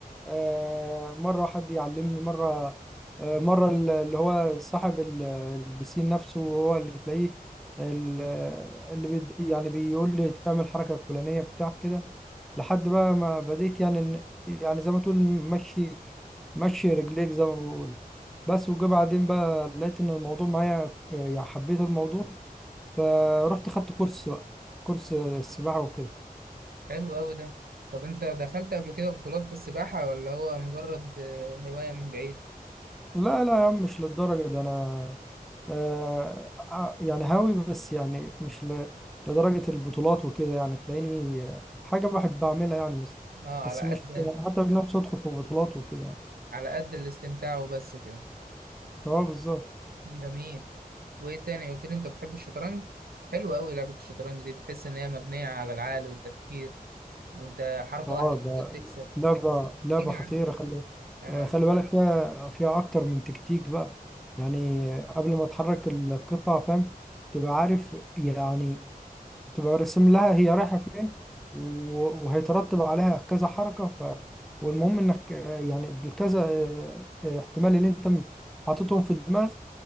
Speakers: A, in the centre; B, on the right.
A: آه، مرة حد يعلمني مرة آه، مرة ال- اللي هو صاحب ال- البسين نفسه هو اللي تلاقيه ال- اللي بيد يعني بيقول لي اعمل الحركة الفلانية بتاع كده لحد بقى ما بديت يعني إن- يعني زي ما تقول مشي مشي رجليك زي ما بيقولوا بس وجا بعدين بقى لقيت ان الموضوع معايا آه، يعني حبيت الموضوع فرحت خدت كورس بقى كورس سباحة وكده
B: حلو قوي ده طب انت دخلت قبل كده بطولات في السباحه ولا هو مجرد آه، هوايه من بعيد
A: لا لا يا عم مش للدرجة ده انا آه آه، يعني هاوي بس يعني مش ل... لدرجة البطولات وكده يعني تلاقيني آه، حاجة بحب أعملها يعني بس
B: اه على
A: بس مش
B: قد
A: حتى بنفسي أدخل في بطولات وكده
B: على قد الاستمتاع وبس كده
A: اه بالظبط
B: جميل وايه تاني قلت لي انت بتحب الشطرنج حلو قوي لعبة الشطرنج دي بتحس ان هي مبنية على العقل والتفكير وانت حركة
A: اه
B: واحدة
A: ده
B: ممكن تكسب
A: لعبة لعبة
B: كده
A: خطيرة
B: يعني
A: خلي
B: انا
A: آه، خلي بالك فيها فيها أكتر من تكتيك بقى يعني آه، قبل ما تحرك القطعة فاهم تبقى عارف يعني تبقى رسم لها هي رايحة فين و- وهيترتب عليها كذا حركة ف والمهم انك آه، يعني بالكذا آه، آه، احتمال اللي انت م- حاططهم في دماغك